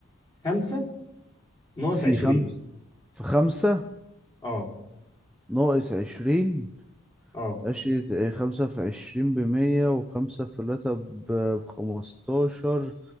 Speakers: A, on the left (about 20°); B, in the centre.
A: 5 ناقص
B: في
A: 20
B: خمس في خمسة
A: اه
B: ناقص عشرين
A: اه
B: عشرة خمسة في عشرين بمية وخمسة في تلاتة ب- بخمستاشر